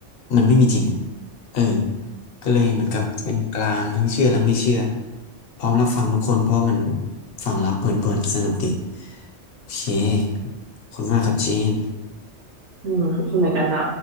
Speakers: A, on the left (about 60°); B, on the right (about 70°).
A: มันไม่มีจริงอะเออ ก็เลยเหมือนกับเป็นกลางทั้งเชื่อและไม่เชื่อพร้อมรับฟังทุกคนเพราะมันฟังแล้วเพลินๆสนุกดีโอเคขอบคุณมากครับเจน
B: อืมขอบคุณเหมือนกันน้